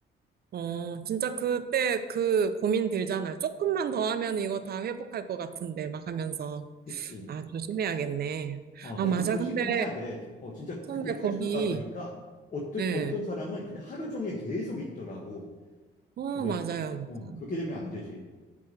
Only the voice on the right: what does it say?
어, 진짜 그때 그 고민 들잖아요. 조금만 더 하면 이거 다 회복할 것 같은데 막 하면서
아, 조심해야겠네.
아,
맞아.
근데
선배
거기
네.
어,
맞아요. 맞아요.